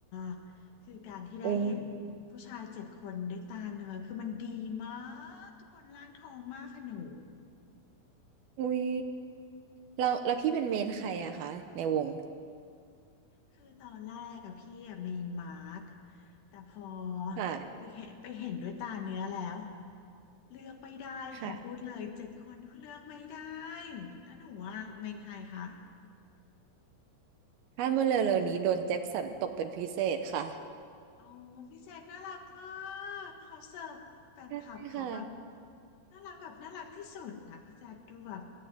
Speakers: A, on the left (about 65°); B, on the right (about 80°).
A: กคือการที่ได้เห็นผู้ชายเจ็ดคนด้วยตาเนื้อคือมันดีมา
B: อู้
A: กทุกคนร่างทองมากค่ะหนู
B: อุ้ยเราแล้วพี่เป็นเมนใครอะคะในวง
A: คือตอนแรกกับพี่อะเมนมาร์คแต่พอ
B: ค่ะ
A: ไปเห็นไปเห็นด้วยตาเนื้อแล้วเลือกไม่ได้ค่ะพูดเลยเจ็ดคนเลือกไม่ได้
B: ค่ะ
A: แล้วหนูว่าเมนใครคะ
B: ถ้าเมื่อเร็วๆนี้โดนแจ็คสันตกเป็นพิเศษค่ะ
A: โอ้พี่แจคน่ารักมากเขาเสิร์ฟแฟนคลับเขาแบบ
B: ใช่ค่ะ
A: น่ารักแบบน่ารักที่สุดนะพี่แจคดูแบบ